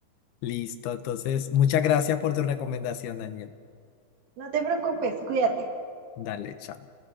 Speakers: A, on the left; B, on the right.
A: listo. Entonces, muchas gracias por tu recomendación, Daniel.
B: No te preocupes, cuídate.
A: Dale, chao.